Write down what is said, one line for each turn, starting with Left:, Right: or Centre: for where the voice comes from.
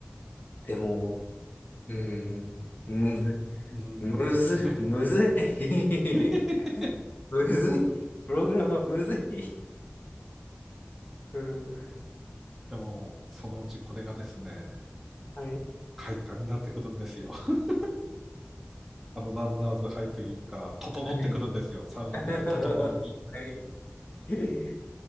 Left: う。でも、うーん、む、
Centre: うん。
Left: むず、
Centre: <laughs>
Left: むずい。
Centre: <laughs>
Left: <laughs> むずい。プログラムはむずい。うん。
Centre: でも、そのうちこれがですね、
Left: はい。
Centre: 快感になってくるんですよ。<laughs> あの、ランナーズハイというか、整ってくるんですよ。
Left: はい。
Centre: サウナでいう、
Left: <laughs>
Centre: 整うに。
Left: はい。<laughs>